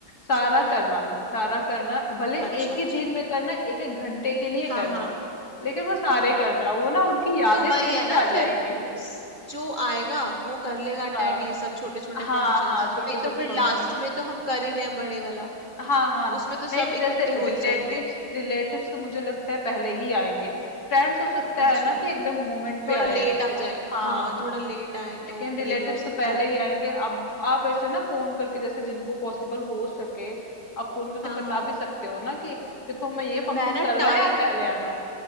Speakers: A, on the left; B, on the right.
A: सारा
B: हम्म
A: करना सारा करना भले
B: अच्छा
A: एक
B: अच्छा
A: ही दिन में करना एक एक घंटे के लिए
B: हाँ
A: करना
B: हाँ
A: लेकिन वो सारे
B: हाँ
A: करना वो ना उनकी यादें
B: तो वही
A: फिर
B: है
A: से
B: ना फिर
A: आ जाएंगी
B: स- जो आएगा वो कर लेगा अटेंड
A: हाँ
B: ये सब छोटे छोटे
A: हाँ
B: फंक्शंस
A: हाँ छोटे
B: नहीं
A: छोटे
B: तो फिर
A: फंक्शन
B: लास्ट में तो हम कर ही रहे हैं बड़े वाला
A: हाँ हाँ
B: उसमें तो सब
A: नहीं तो जैसे
B: इकट्ठे
A: रिलेटिव्स
B: हो ही जाएंगे
A: रिलेटिव्स तो मुझे लगता है पहले ही आएंगे फ्रेंड्स हो सकता
B: अच्छा
A: है ना कि एकदम मोमेंट पे
B: थोड़ा
A: आए
B: लेट आ
A: हाँ
B: जाए हाँ
A: हाँ
B: थोड़ा लेट आए
A: लेकिन
B: तो
A: रिलेटिव्स
B: ये भी हो
A: तो
B: सकता
A: पहले
B: है
A: ही आएंगे अब आप ऐसे ना फोन करके जैसे जिनको पॉसिबल हो सके आप फोन करके
B: हाँ
A: बता
B: हाँ
A: भी सकते हो ना कि देखो हम ये फंक्शन
B: मैं ना
A: कर रहे
B: टाइम
A: हैं आप पहले आना